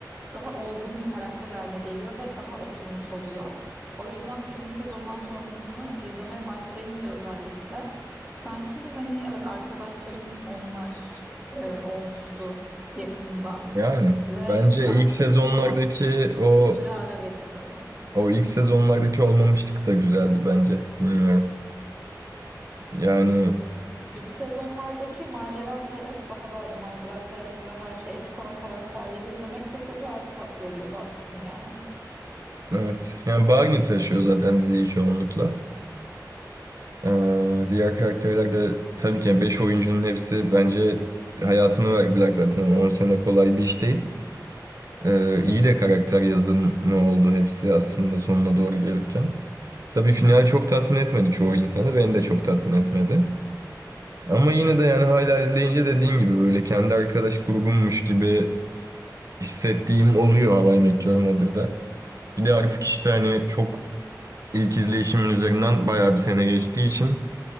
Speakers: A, on the right; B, on the right.
A: daha olgun bir karakter haline geliyor ve daha oturmuş oluyor. O yüzden üçüncü sezondan sonrasını izlemeye başlayınca özellikle sanki hani evet arkadaşlarım onlar e, olmuştu yakında
B: Yani
A: ve
B: bence
A: artık
B: ilk sezonlardaki
A: dedim ki tamam
B: o
A: bir süre ara vereyim dedim.
B: o ilk sezonlardaki olmamışlık da güzeldi bence. Bilmiyorum. Yani
A: İlk sezonlardaki macera perest daha da hani macera perest ve her şeye açık olan karakterleri izlemek de tabii ayrı tat veriyordu haklısın yani.
B: evet. Yani Barney taşıyor zaten diziyi çoğunlukla. Ee, diğer karakterler de tabii ki yani 5 oyuncunun hepsi bence hayatını verdiler zaten. Yani On sene kolay bir iş değil. Ee, iyi de karakter yazımı oldu hepsi aslında sonuna doğru gelirken. Tabii final çok tatmin etmedi çoğu insanı, beni de çok tatmin etmedi. Ama yine de yani hala izleyince dediğin gibi böyle kendi arkadaş grubummuş gibi hissettiğim oluyor How I Met Your Mother'da. Bir de artık işte hani çok ilk izleyişimin üzerinden bayağı bir sene geçtiği için